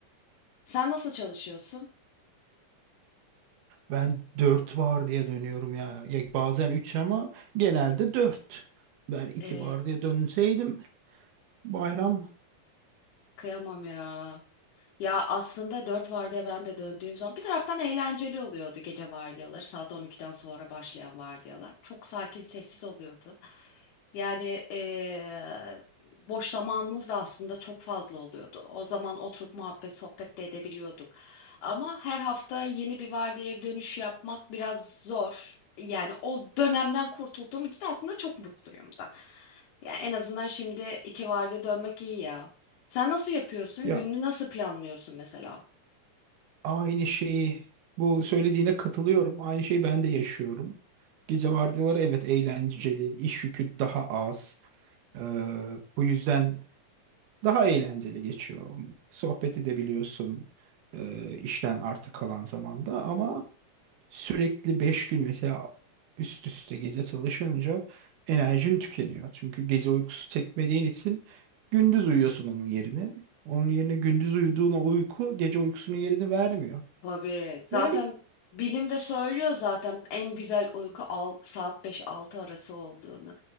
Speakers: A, on the left (about 75°); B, on the right (about 85°).
A: Sen nasıl çalışıyorsun?
B: Ben dört vardiya dönüyorum ya. Ya bazen üç ama genelde dört. Ben iki
A: Ee,
B: vardiya dönseydim bayram
A: kıyamam ya. Ya aslında dört vardiya ben de döndüğüm zaman bir taraftan eğlenceli oluyordu gece vardiyaları. Saat on iki'den sonra başlayan vardiyalar. Çok sakin, sessiz oluyordu. Yani eee, boş zamanımız da aslında çok fazla oluyordu. O zaman oturup muhabbet, sohbet de edebiliyorduk. Ama her hafta yeni bir vardiyaya dönüş yapmak biraz zor. Yani o dönemden kurtulduğum için aslında çok mutluyum da. Yani en azından şimdi iki vardiya dönmek iyi ya. Sen nasıl yapıyorsun?
B: ya
A: Gününü nasıl planlıyorsun mesela?
B: aynı şeyi bu söylediğine katılıyorum. Aynı şeyi ben de yaşıyorum. Gece vardiyaları evet eğlenceli, iş yükü daha az. Ee, bu yüzden daha eğlenceli geçiyor. Sohbet edebiliyorsun e, işten arta kalan zamanda ama Sürekli 5 gün mesela üst üste gece çalışınca enerjin tükeniyor. Çünkü gece uykusu çekmediğin için gündüz uyuyorsun onun yerine. Onun yerine gündüz uyuduğuna uyku gece uykusunun yerini vermiyor.
A: Tabii. Zaten
B: Ve
A: bilim
B: s-
A: de söylüyor zaten en güzel uyku al, saat beş-altı arası olduğunu.